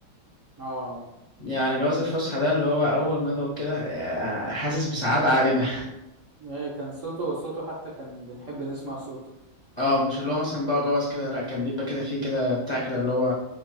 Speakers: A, on the right (about 55°); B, on the left (about 65°).
A: اه
B: يعني جواز الفسحه ده اللي هو اول ما اضرب كده آه، حاسس بسعاده عارمه
A: ايه كان صوته صوته حتى كان بنحب نسمع صوته
B: اه مش اللي هو مثلا بقى جرس كده لا كان بيبقى كده فيه كده بتاع كده اللي هو